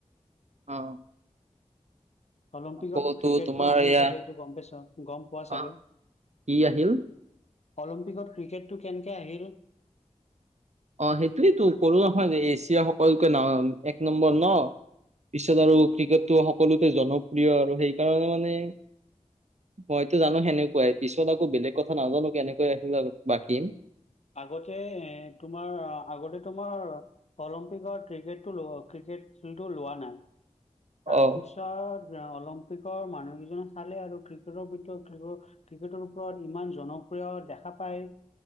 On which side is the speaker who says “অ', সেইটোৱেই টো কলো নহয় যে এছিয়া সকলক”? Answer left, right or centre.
Right